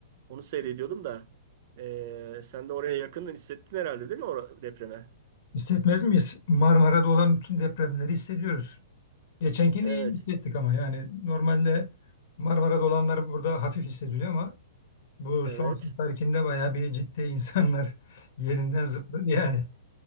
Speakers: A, on the right; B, on the left.
A: Onu seyrediyordum da ee, sen de oraya yakından hissettin herhalde değil mi o depreme?
B: Hissetmez miyiz? Marmara'da olan bütün depremleri hissediyoruz. Geçenkini
A: Evet.
B: iyi hissettik ama yani normalde Marmara'da olanlar burada hafif hissediliyor ama bu
A: Evet.
B: son seferkinde bayağı bir ciddi insanlar <laughs> yerinden zıpladı yani.